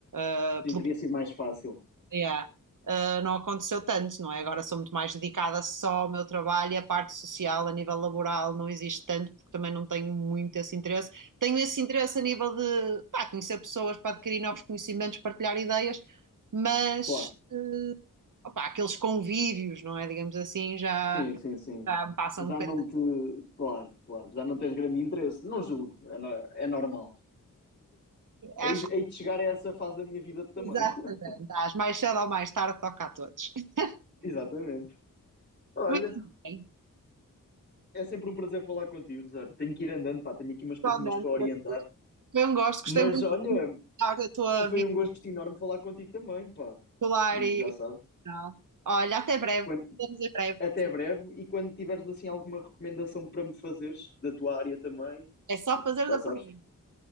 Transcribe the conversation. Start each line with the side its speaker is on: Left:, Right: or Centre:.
Right: eh, pelo
Left: Sim, teria sido mais fácil.
Right: Yeah. não aconteceu tanto, não é? Agora sou muito mais dedicada só ao meu trabalho e a parte social a nível laboral não existe tanto, porque também não tenho muito esse interesse. Tenho esse interesse a nível de pá, conhecer pessoas para adquirir novos conhecimentos, partilhar ideias, mas
Left: Claro.
Right: opá, aqueles convívios, não é? Digamos assim, já,
Left: Sim, sim, sim.
Right: já me passa
Left: Já
Right: um bocadinho.
Left: não te. Claro, claro. Já não tens grande interesse. Não julgo. É, no- é normal.
Right: Acho
Left: Hei hei de chegar a essa fase da minha vida também.
Right: que exatamente,
Left: <laughs>
Right: às mais cedo ou mais tarde toca a todos. <laughs>
Left: Exatamente. Olha,
Right: Muito bem,
Left: é sempre um prazer falar contigo, Rosário. Tenho que ir andando, pá. Tenho aqui umas coisinhas
Right: totalmente.
Left: para orientar.
Right: Foi um gosto, gostei
Left: Mas
Right: muito
Left: olha,
Right: de da tua
Left: foi
Right: vida
Left: um gosto enorme falar contigo também, pá.
Right: escolar
Left: E
Right: e
Left: já sabes.
Right: profissional. Olha, até breve.
Left: Quando
Right: Vemos em breve.
Left: Até breve e quando tiveres assim alguma recomendação para me fazeres da tua área também,
Right: É só fazer
Left: já
Right: a
Left: sabes.
Right: pergunta.